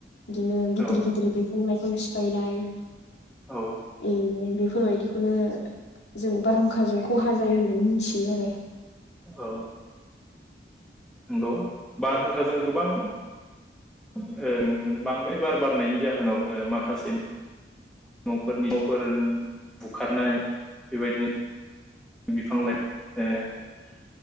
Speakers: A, on the left (about 85°); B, in the centre.
A: बिदिनो गिदिर
B: औ
A: गिदिर बि फां लाइफां सिफायनाय
B: औ
A: एयो बि बुङो इदिखौनो जों बारहुंखाजों खहा जायो होननानै मिथियो आरो।
B: औ नंगौ बारहुंखाजों गोबां ओ नुनो मोनो बांद्राय बार बारनायनि जाहोनाव ओ माखासे न'फोरनि न'फोर बुखारनाय बेबायदिनो बिफां लाइफां ए